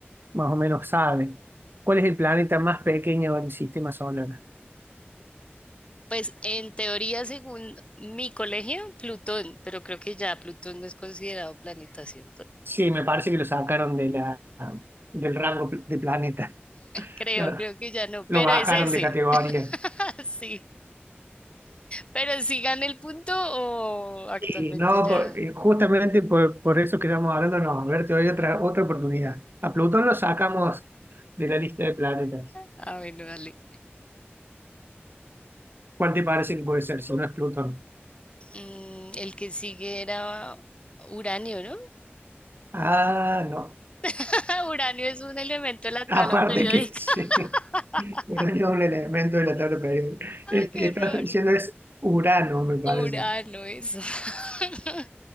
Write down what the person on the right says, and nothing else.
más o menos sabe. ¿Cuál es el planeta más pequeño del sistema solar?
Sí, me parece que lo sacaron de la, del rango pl- de planeta. <laughs>
Lo,
lo
bajaron
de categoría.
Y no,
por- y justamente por, por eso que estamos hablando, no, a ver, te doy otra, otra oportunidad. A Plutón lo sacamos de la lista de planetas.
¿Cuál te parece que puede ser si no es Plutón?
Ah, no.
Aparte
que <laughs> sí.
Uranio es un elemento de la tabla periódica.
El
que
estás diciendo es Urano, me parece.